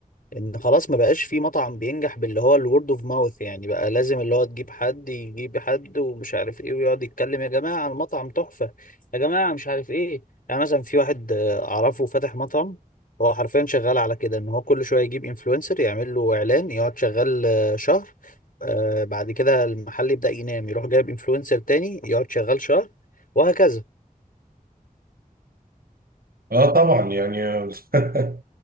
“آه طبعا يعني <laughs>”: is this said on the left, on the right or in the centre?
Right